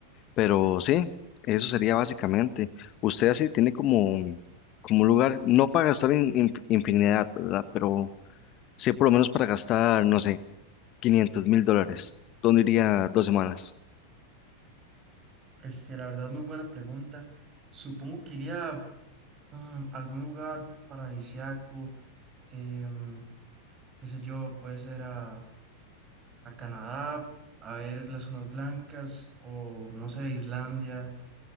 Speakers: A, on the left; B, on the right.
A: Pero sí, eso sería básicamente. Usted así tiene como, como un lugar, no para gastar in- in- infinidad, ¿verdad? Pero sí por lo menos para gastar, no sé, quinientos mil dólares. ¿Dónde iría dos semanas?
B: Este, la verdad, muy buena pregunta. Supongo que iría mm, a algún lugar paradisiaco, em, qué sé yo, puede ser a, a Canadá, a ver las zonas blancas, o no sé, Islandia,